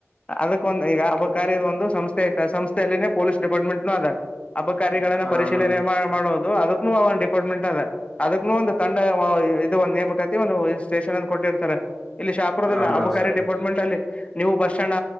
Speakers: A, on the left (about 25°); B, in the centre.
A: ಅದಕ್ಕೊಂದು ಈಗ ಹಬ್ಬ ಕಾರ ಒಂದು ಸಂಸ್ಥೆ ಆಐ್ತ ಸಂಸ್ಥೆ ಪೊಲೀಸ್ ಡಿಪಾರ್ಟ್ಮೆಂಟ್ ನ ಅದ ಅಬಕಾರಿಗಳನ್ನ
B: ಹಾ
A: ಪರಿಶೀಲನೆ
B: ಹಾ
A: ಮಾಡೋದು ಅದಕ್ಕೂ ಒ ಡಿಪಾರ್ಟ್ಮೆಂಟ್ ಅದ ಅದಕ್ಕನು ಒಂದು ತಂಡ ಇದು ಒಂದು ನೇಮಕಾತಿ ಒಂದು ಸ್ಟೇಷನ್ ಅಂದ ಕೊಟ್ಟಿರ್ತಾರೆ ಇಲ್ಲಿ ಶಾಪುರದಲ್ಲ
B: ಹಾ ಹಾ
A: ಅಬಕಾರಿ
B: ಸರ್
A: ಡಿಪಾರ್ಟ್ಮೆಂಟ್ ಅಲ್ಲಿ ನೀವು ಬಸ್ ಸ್ಟ್ಯಾಂಡ್